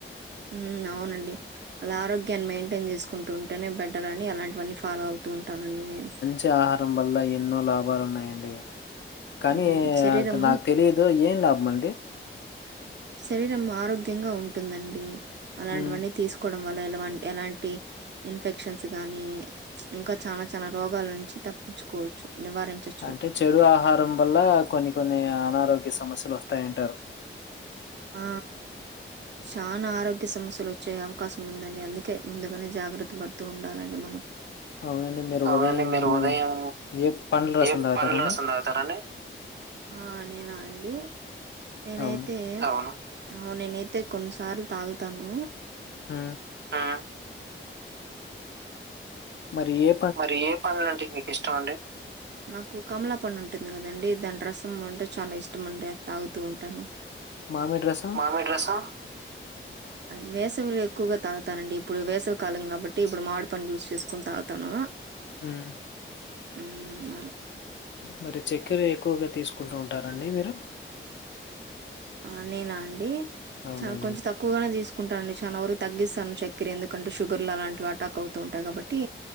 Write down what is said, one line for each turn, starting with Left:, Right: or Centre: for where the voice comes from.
Right: ఊ అవునండి అలా ఆరోగ్యాన్ని మెయింటైన్ జేస్కుంటూ ఉంటెనే బెటరని అలాంటివన్నీ ఫాలో అవుతూ ఉంటానండి నేను
Left: తే ఆహారం వల్ల ఎన్నో లాభాలున్నాయండి కానీ
Right: ఉమ్ శరీరం
Left: నాక్ తెలియ దో ఏం లాబ్మండి
Right: శరీరం ఆరోగ్యంగా ఉంటుందండి అలాంటివన్నీ
Left: హ్మ్
Right: తీస్ కోడం వల్ల ఎల్వాన్ ఎలాంటి ఇన్ఫెక్షన్స్ గాని ఇంకా చానా చానా రోగాల్ నుంచి తప్పించుకోచ్చు నివారించొచ్
Left: అంటే చెడు ఆహారం వల్ల కొన్ని కొన్ని అనారోగ్య సమస్యలు వస్తాయంటారు
Right: ఆ చానా ఆరోగ్య సమస్యలొచ్చే అవకాశం ఉందండి అందుకే ముందుగానే జాగ్రత్త బడ్తూ ఉండాలండి మనం
Left: అవునండి మీరు
Right: అవునండి
Left: ఉదయమూ
Right: మీరు ఉదయం
Left: ఏ పండ్ల్ రసం
Right: ఏ
Left: దాగుతారండి
Right: పండ్ల రసం ఆ నేనా అండి నేనైతే
Left: అవును
Right: అహో నేనైతే కొన్నిసార్ల్ తాగుతాను
Left: హూ
Right: ఆ
Left: మరియే
Right: మరియే పండ్లంటే మీకు ఇష్టం అండి నాకు కమలాపండు ఉంటుంది కదండి దాని రసం అంటే చాలా ఇష్టం అండి అది తాగుతూ ఉంటాను
Left: మామిడి రసం
Right: మామిడి రసం అది వేసవిలో ఎక్కువగా తాగుతానండి ఇప్పుడు వేసవి కాలం కాబట్టి ఇప్పుడు మామిడి పండు జ్యూస్ చేసుకోని తాగుతాను
Left: హ్మ్
Right: హ్మ్ అలా
Left: మరి చెక్కర ఎక్కువగా తీసుకుంటూ ఉంటారండి మీరు
Right: ఆ నేనా అండి
Left: అవునండి
Right: చానా కొంచెం తక్ క్కువగానే తీసుకుంటానండి చానా వరకు తగ్గిస్తాను చక్కెర ఎందుకంటే షుగర్లు అలాంటివి అటాక్ అవుతూ ఉంటాయి కాబట్టి